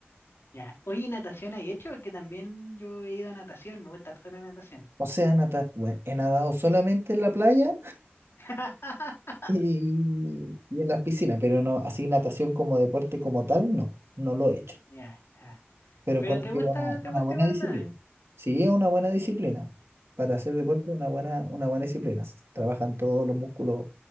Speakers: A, on the left; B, on the right.
A: ya. Oye, ¿y natación hay hecho, porque también yo he ido a natación, me gusta harto la natación.
B: O sea, nata- bueno, he nadado solamente en la playa
A: <laughs>
B: y, y en las piscinas, pero no, así natación como deporte como tal, no, no lo he hecho.
A: Ya, ya.
B: Pero
A: Pero
B: encuentro
A: te
B: que
A: gusta,
B: es una,
A: te
B: una
A: gusta
B: buena
A: igual
B: disciplina.
A: nada.
B: Sí, es una buena disciplina. Para hacer deporte, es una buena, una buena disciplina. S- Trabajan todos los músculos.